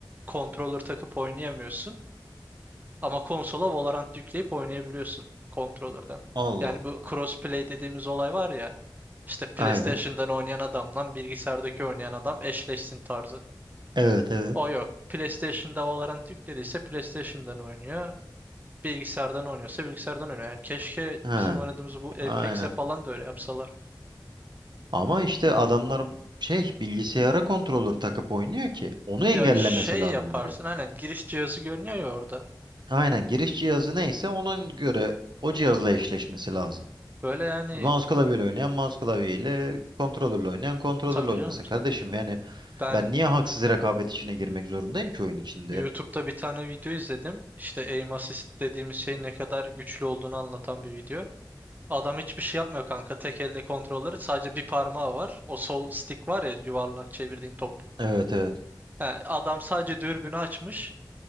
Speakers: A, on the right; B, on the right.
A: controller takıp oynayamıyorsun. Ama konsola Valorant yükleyip oynayabiliyorsun controller'dan.
B: Allah
A: Yani bu
B: Allah.
A: crossplay dediğimiz olay var ya. İşte PlayStation'dan
B: Aynen.
A: oynayan adamla bilgisayardaki oynayan adam eşleşsin tarzı.
B: Evet evet.
A: O yok. PlayStation'da Valorant yüklediyse PlayStation'dan oynuyor. Bilgisayardan oynuyorsa bilgisayardan oynuyor. Yani keşke
B: Ha,
A: bizim oynadığımız bu
B: aynen.
A: Apex'e falan da öyle yapsalar.
B: Ama işte adamlar şey bilgisayara kontrolör takıp oynuyor ki onu engellemesi
A: Ya şey
B: lazım
A: yaparsın
B: direkt.
A: aynen giriş cihazı görünüyor ya orada.
B: Aynen giriş cihazı neyse ona göre o cihazla eşleşmesi lazım.
A: Böyle yani
B: E, Mouse klavyeyle oynayan mouse klavyeyle, kontrolörle oynayan kontrolörle
A: tabii
B: oynasın
A: canım tabii.
B: kardeşim. Yani
A: Ben
B: ben niye haksız rekabet içine girmek zorundayım ki oyun içinde?
A: YouTube'da bir tane video izledim. İşte aim assist dediğimiz şeyin ne kadar güçlü olduğunu anlatan bir video. Adam hiçbir şey yapmıyor kanka. Tek elde kontrolleri sadece bir parmağı var. O sol stick var ya yuvarlak çevirdiğin top.
B: Evet evet.
A: He, adam sadece dürbünü açmış.